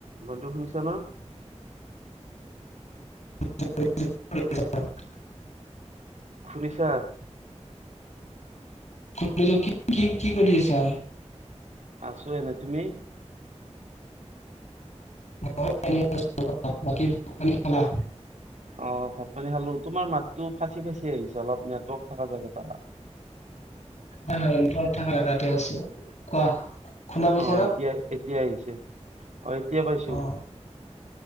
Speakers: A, on the right; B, on the left.
A: বন্ধু শুনিছা ন?
B: <unintelligible>
A: শুনিছা?
B: <unintelligible> কি-কি-কি কৰি আছা?
A: আছোঁ এনেই। তুমি?
B: মই এনেই আছোঁ বৰ্তমান। বাকী ভাত-পানী খালা?
A: অ‍ঁ! ভাত-পানী খালো। তোমাৰ মাতটো ফাটি-ফাটি আহিছে। অলপ নেটৱৰ্ক থকা জেগাত আহা।
B: হয়-হয়। নেটৱৰ্ক থাকা জগাতে আছোঁ। কোৱা? শুনা পাইছা
A: অ'
B: ন?
A: এতিয়া এতিয়া আহিছে। অ' এতিয়া পাইছো।
B: অঁ।